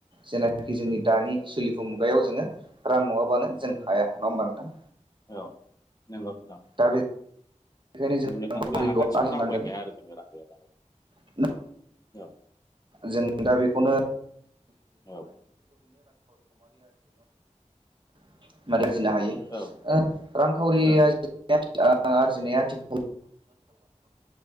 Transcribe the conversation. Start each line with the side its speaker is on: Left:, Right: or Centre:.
Right: जेनाखि जोंनि दानि सोलिफु मुगायाव जोङो रां नङाबानो जों हाया नङा होमबा नोंथां
Left: औ नोंगौ नोंथां
Right: दा बेनिखायनो जों
Left: बुंनो
Right: रांखावरिखौ
Left: थाङोब्ला आगानसेखौनो
Right: आरजिनांगोन
Left: आवगायनो हाया आरो जोङो रां <unintelligible>
Right: <inaudible>
Left: औ
Right: जों दा बेखौनो <inaudible>
Left: औ
Right: <inaudible> होनो हायो
Left: औ नंगौ
Right: <inaudible> रांखावरिया
Left: औ
Right: <inaudible> ओ आरजिनाया आथिखाल